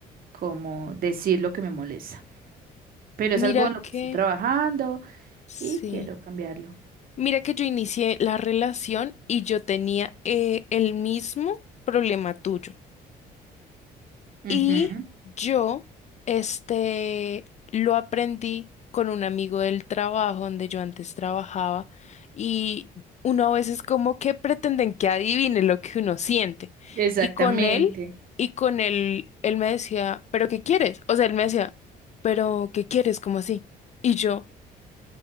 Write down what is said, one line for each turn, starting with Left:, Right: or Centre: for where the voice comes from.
Right: como decir lo que me molesta. Pero
Left: Mira
Right: es algo en lo que
Left: que,
Right: estoy trabajando
Left: sí.
Right: y quiero cambiarlo.
Left: Mira que yo inicié la relación y yo tenía eh, el mismo problema tuyo.
Right: Ujú,
Left: Y yo, este, lo aprendí con un amigo del trabajo donde yo antes trabajaba y uno a veces como que pretenden que adivine lo que uno siente.
Right: Exactamente.
Left: Y con él, y con él, él me decía, ¿pero qué quieres? O sea, él me decía, ¿pero qué quieres? ¿Cómo así? Y yo,